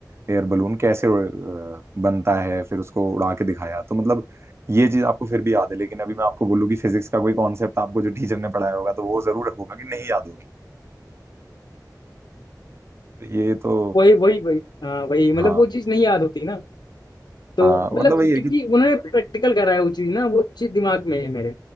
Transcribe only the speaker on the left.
वही वही वही हाँ वही मतलब
वो चीज़ नहीं याद होती ना तो
मतलब
क्योंकि
उन्होंने प्रैक्टिकल कराया वो चीज़ ना वो चीज़ दिमाग में है मेरे